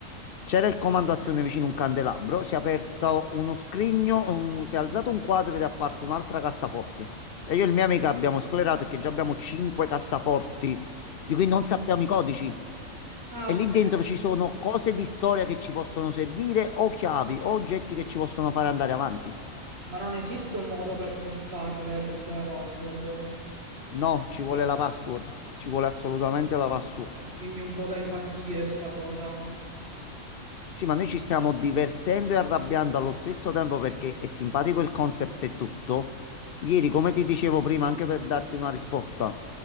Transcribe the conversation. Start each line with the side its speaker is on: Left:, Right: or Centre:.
Left: C'era il comando azione vicino un candelabro, si è aperto uno scrigno, un- si è alzato un quadro ed è apparsa un'altra cassaforte. E io e il mio amico abbiamo sclerato che già abbiamo cinque cassaforti di cui non sappiamo i codici.
Right: Ah,
Left: E
Right: ok.
Left: lì dentro ci sono cose di storia che ci possono servire, o chiavi, o oggetti che ci possono fare andare avanti.
Right: Ma non esiste un modo per forzarle senza la password.
Left: No, ci vuole la password. Ci vuole assolutamente la password.
Right: Quindi un po' da impazzire sta cosa.
Left: Sì, ma noi ci stiamo divertendo e arrabbiando allo stesso tempo perché è simpatico il concept e tutto. Ieri,
Right: Sì,
Left: come ti dicevo prima, anche per darti una risposta,